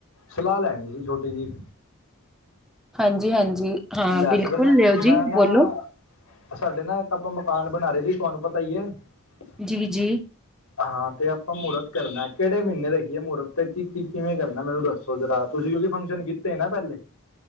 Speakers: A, on the left; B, in the centre.
A: ਸਲਾਹ ਲੈਣੀ ਸੀ ਛੋਟੀ ਜਿਹੀ-
B: ਹਾਂਜੀ ਹਾਂਜੀ- ਹਾਂ
A: ਲੈ
B: ਬਿਲਕੁਲ
A: ਸਕ ਨਾ
B: ਲਿਓ
A: ਮੈਂ
B: ਜੀ
A: ਨਾ-
B: ਬੋਲੋ
A: ਸਾਡੇ ਨਾ ਇੱਕ ਆਪਾਂ ਮਕਾਨ ਬਣਾ ਰਹੇ ਸੀ ਤੁਹਾਨੂੰ ਪਤਾ ਹੀ ਐ -
B: ਜੀ ਜੀ-
A: ਹਾਂ ਤੇ ਆਪਾਂ ਮਹੂਰਤ ਕਰਨਾ ਕਿਹੜੇ ਮਹੀਨੇ ਰਖੀਏ ਮਹੂਰਤ ਤੇ ਕੀ ਕੀ ਕਿਵੇਂ ਕਰਨਾ ਮੈਨੂੰ ਦੱਸ- ਸੋਚ ਤੁਸੀਂ ਕਿਉਂਕਿ ਫੰਕਸ਼ਨ ਕੀਤੇ ਨਾ ਪਹਿਲੇ-